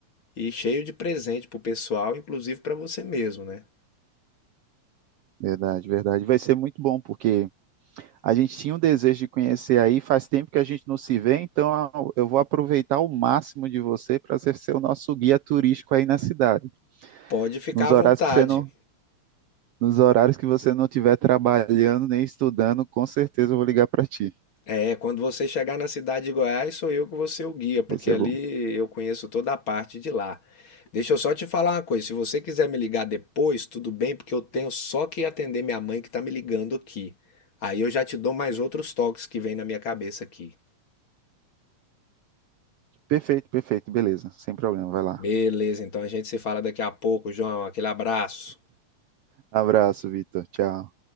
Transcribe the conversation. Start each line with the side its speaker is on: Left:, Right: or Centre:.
Left: ir cheio de presente pro pessoal, inclusive para você mesmo, né?
Right: Verdade, verdade. Vai ser muito bom, porque a gente tinha um desejo de conhecer aí, faz tempo que a gente não se vê, então a- eu vou aproveitar o máximo de você para ser ser o nosso guia turístico aí na cidade.
Left: Pode ficar
Right: Nos
Left: à
Right: horários
Left: vontade.
Right: que você não, nos horários que você não estiver trabalhando nem estudando, com certeza eu vou ligar para ti.
Left: É, quando você chegar na cidade de Goiás, sou eu que vou ser o guia, porque
Right: Vai ser
Left: ali
Right: bom.
Left: eu conheço toda a parte de lá. Deixa eu só te falar uma coisa, se você quiser me ligar depois, tudo bem, porque eu tenho só que atender minha mãe que tá me ligando aqui. Aí eu já te dou mais outros toques que vem na minha cabeça aqui.
Right: Perfeito, perfeito, beleza, sem problema, vai lá.
Left: Beleza, então a gente se fala daqui a pouco, João. Aquele abraço.
Right: Abraço, Vitor. Tchau.